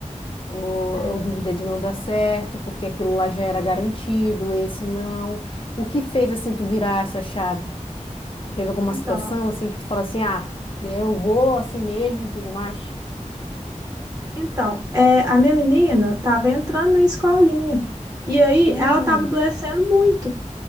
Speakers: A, on the left; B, on the right.
A: ou,
B: É,
A: ou dúvida de não dar certo, porque aquilo lá já era garantido, esse não. O que fez assim tu virar essa chave? Teve alguma
B: então,
A: situação assim que tu fala assim, ah, eu vou assim mesmo e tudo mais?
B: então é, a minha menina estava entrando na escolinha. E aí
A: Hum,
B: ela estava adoecendo muito.